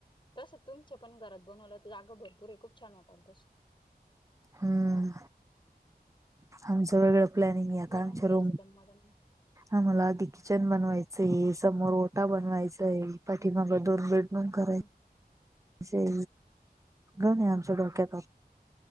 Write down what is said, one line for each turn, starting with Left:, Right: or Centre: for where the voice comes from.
Left: तसं तुमच्या पण घरात बनवलं तर जागा भरपूर आहे खूप छान वाटल तसं.
Right: हम्म, आमचं वेगळं प्लॅनिंग हे आता
Left: बनवून
Right: आमच्या रूम
Left: <unintelligible>
Right: आम्हाला आधी किचन बनवायचं हे समोर ओटा बनवायचा हे पाठीमाग दोन बेड रूम करायचे
Left: हम्म हो
Right: गण आहे
Left: का
Right: आमच्या डोक्यात